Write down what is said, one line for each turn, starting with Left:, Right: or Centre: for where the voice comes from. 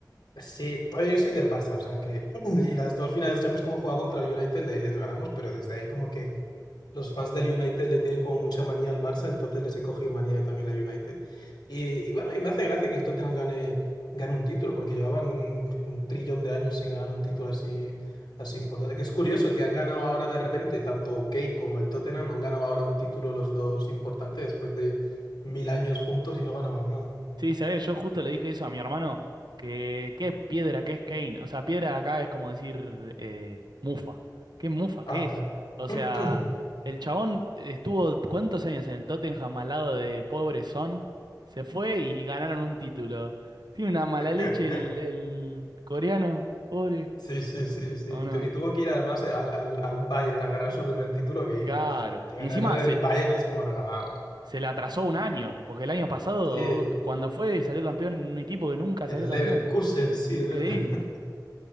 Left: Sí, oye, yo soy del Barça, o sea que, <clears throat> y las dos finales de Champions que hemos jugado contra el United le, le ganamos, pero desde ahí como que Los fans del United le tienen como mucha manía al Barça, entonces les he cogido manía yo también al United. Y, y bueno, y me hace gracia que el Tottenham gane, gane un título, porque llevaban un, un trillón de años sin ganar un título así, así importante. Que es curioso que han ganado ahora de repente, tanto Kane como el Tottenham han ganado ahora un título los dos importantes después de mil años juntos y no ganaban nada.
Right: Sí, sabés, yo justo le dije eso a mi hermano, que qué piedra, qué es Kane. O sea, piedra acá es como decir eh, mufa. ¿Qué mufa,
Left: Ah,
Right: qué es? O sea,
Left: eh.
Right: el chabón estuvo cuántos años en el Tottenham al lado de pobre Son, se fue y ganaron un título. Tiene una mala leche
Left: <clears throat>
Right: el, el coreano, pobre,
Left: Sí, sí, sí, sí.
Right: ¿o
Left: Y,
Right: no?
Left: tu- y tuvo que ir además eh, al, al, al Bayern a ganar su primer título, que,
Right: Claro.
Left: que, que ganar
Right: Y encima
Left: el
Right: se,
Left: Bayern es como regalado.
Right: se le atrasó un año, porque el año pasado,
Left: Sí,
Right: cuando fue, salió campeón en un equipo que nunca
Left: el
Right: salió campeón.
Left: Leverkusen, sí,
Right: Increíble.
Left: es verdad. <laughs>